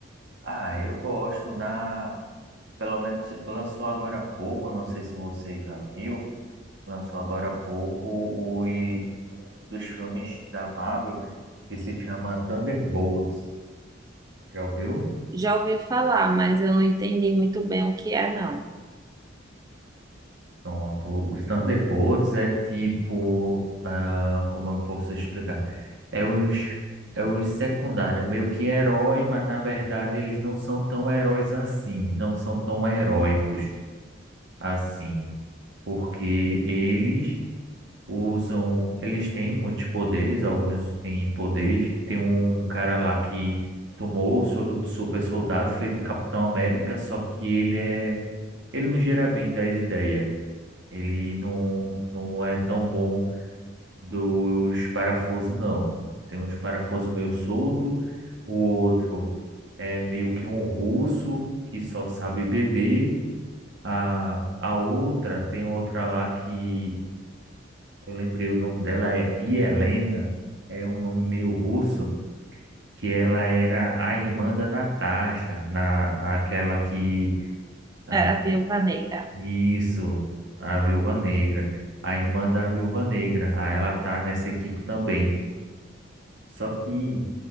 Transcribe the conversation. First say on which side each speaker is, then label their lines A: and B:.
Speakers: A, on the right; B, on the right.
A: Ah, eu gosto da pelo menos lançou agora há pouco, não sei se você já viu, lançou agora há pouco os dos filmes da Marvel que se chama Thunderbolts. Já ouviu?
B: Já ouvi falar, mas eu não entendi muito bem o que é, não.
A: Pronto, os Thunderbolts é tipo, ah, como eu posso explicar? É os é os secundários, meio que herói, mas na verdade eles não são tão heróis assim, não são tão heróicos assim, porque eles usam, eles têm muitos poderes, alguns têm poderes. Tem um cara lá que tomou o soro do super soldado, feito Capitão América, só que ele é, ele não gira bem das ideias. Ele não, não é tão bom dos parafusos, não. Tem uns parafusos meio solto, o outro é meio que um russo que só sabe beber. A, a outra, tem outra lá que eu lembrei o nome dela é Yelena, é um nome meio russo, que ela era a irmã da Natasha, na aquela que a-
B: Era a Viúva Negra.
A: isso, a Viúva Negra, a irmã da Viúva Negra. Aí ela tá nessa equipe também. Só que